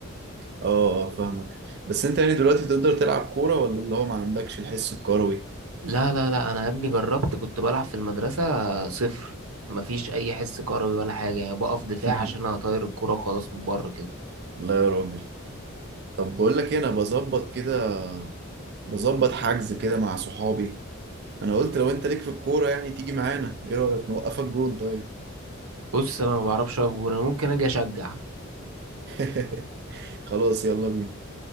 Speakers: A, on the right; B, on the right.
A: اه آه، فاهمك بس انت يعني دلوقتي تقدر تلعب كورة ولا اللي هو ما عندكش الحس الكروي
B: لا لا لا انا يا ابني جربت كنت بلعب في المدرسة صفر مفيش اي حس كروي ولا حاجة يعني بقف دفاع
A: <laughs>
B: عشان اطير الكرة وخلاص من بره كده
A: لا يا راجل طب بقول لك ايه انا بظبط كده بظبط حجز كده مع صحابي انا قلت لو انت ليك في الكورة يعني تيجي معانا ايه رأيك نوقفك جون طيب
B: بص انا ما بعرفش اقف جون انا ممكن اجي اشجع
A: <laughs> خلاص يلا بينا